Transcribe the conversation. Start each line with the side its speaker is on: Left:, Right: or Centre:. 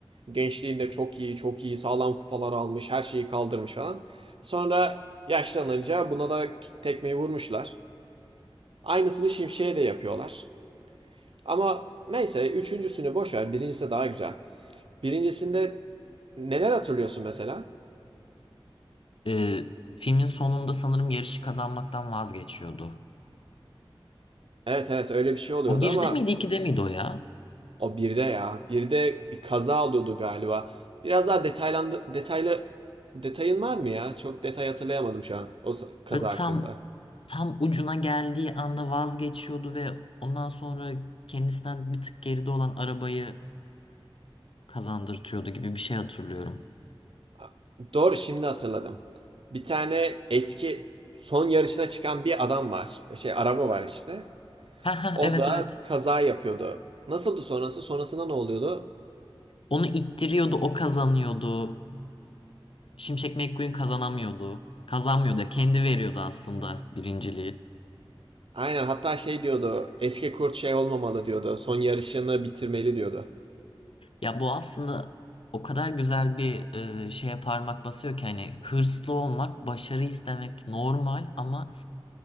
Right: Gençliğinde çok iyi, çok iyi, sağlam kupalar almış, her şeyi kaldırmış falan. Sonra yaşlanınca buna da tekmeyi vurmuşlar. Aynısını Şimşek'e de yapıyorlar. Ama neyse üçüncüsünü boş ver, birincisi daha güzel. Birincisinde neler hatırlıyorsun mesela?
Left: Ee, filmin sonunda sanırım yarışı kazanmaktan vazgeçiyordu.
Right: Evet evet öyle bir şey oluyordu
Left: O birde
Right: ama
Left: miydi ikide miydi o ya?
Right: o birde ya. Birde bir kaza oluyordu galiba. Biraz daha detaylandı detaylı detayın var mı ya? Çok detay hatırlayamadım şu an o s- kaza
Left: Böyle
Right: hakkında.
Left: tam tam ucuna geldiği anda vazgeçiyordu ve ondan sonra kendisinden bir tık geride olan arabayı kazandırtıyordu gibi bir şey hatırlıyorum.
Right: A- Doğru şimdi hatırladım. Bir tane eski son yarışına çıkan bir adam var. E, Şey araba var işte.
Left: Ha ha
Right: O
Left: evet
Right: da
Left: evet.
Right: kaza yapıyordu. Nasıldı sonrası? Sonrasında ne oluyordu?
Left: Onu ittiriyordu, o kazanıyordu. Şimşek McQueen kazanamıyordu. Kazanmıyordu. Kendi veriyordu aslında birinciliği.
Right: Aynen hatta şey diyordu. Eski kurt şey olmamalı diyordu. Son yarışını bitirmeli diyordu.
Left: Ya bu aslında o kadar güzel bir e, şeye parmak basıyor ki hani hırslı olmak, başarı istemek normal ama